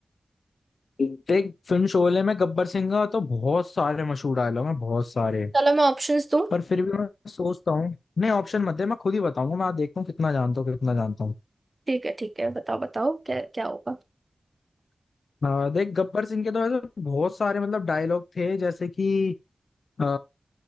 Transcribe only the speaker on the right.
चलो मैं ऑप्शंस दूं
ठीक है ठीक है बताओ बताओ क्या क्या होगा